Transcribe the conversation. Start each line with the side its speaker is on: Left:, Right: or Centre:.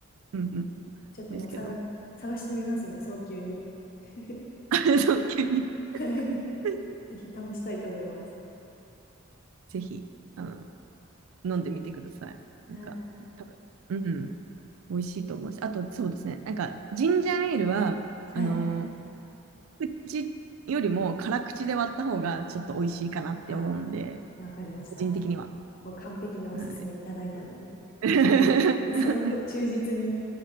Right: うんうんうん、
Left: ちょっともう探、
Right: ですけど、
Left: 探してみますね、早急に。<laughs>
Right: <laughs> そう急に
Left: はい
Right: <laughs>
Left: ぜひ試したいと思います。
Right: ぜひあの飲んでみてください。なんか多分、
Left: はい。
Right: うん、美味しいと思うし、あとそうですね、なんかジンジャーエールは、
Left: はい。
Right: あのー口よりも辛口で割った方がちょっと美味しいかなって思うんで、
Left: あ、わかりました。
Right: 個人的には。
Left: もう完璧なおすすめいただいたので、
Right: はい。<laughs>
Left: もうそのと忠実に